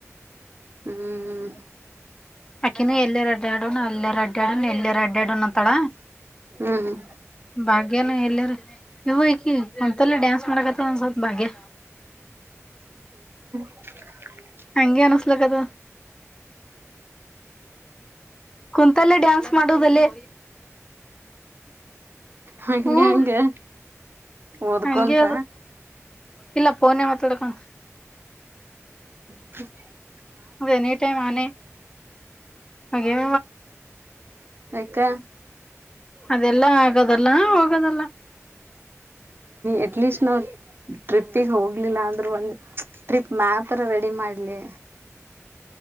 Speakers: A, on the right (about 45°); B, on the left (about 15°).
A: ಹ್ಮ್
B: ಅಕೆನ ಎಲ್ಲರ ರಡ್ಡ ನ ಅಲ್ಲೇ ರಡ್ಡ ಎಲ್ಲೆ ರಡ್ಡನು <unintelligible> ತಳ
A: ಹ್ಮ್
B: ಭಾಗ್ಯನ ಎಲ್ಲಾರ ಇವಕಿ ಒಂತಲ್ಲ ಡ್ಯಾನ್ಸ್ ಮಾಡಕತ್ತ ಒಂದ್ಸವಲ್ತ್ ಭಾಗ್ಯ.
A: ಹ. <inaudible>
B: ಹಂಗೆ ಅನ. ಲ ಕದ ಕುಂತಲ್ಲೇ ಡ್ಯಾನ್ಸ್ ಮಾಡೋ ದಲ್ಲೇ
A: ಹಂಗೆ
B: ಹ್ಮ್
A: ಹಂಗೆ ಓದ್ಕೊಂತ
B: ಹಂಗೆ ಅದು ಇಲ್ಲ ಫೋನ್ ಡಕಂ <inaudible> ತ
A: ಹ <unintelligible>
B: ಅದ ಎನಿ ಟೈಮ್ ಆನೆ ಹಾಗ
A: ಯಾಕ
B: ಅದೆಲ್ಲ ಆಗದಲ್ಲ ದಲ್ಲ
A: ಎಟ್ಲೀಸ್ಟ್ ನಾವ್ ಟ್ರಿಪ್ಪಿಗೆ ಹೋಗ್ಲಿಲ್ಲ ಅಂದ್ರೂ ಒಂದ ಟ್ರಿಪ್ ಮ್ಯಾಪರ ರೆಡಿ ಮಾಡ್ಲಿ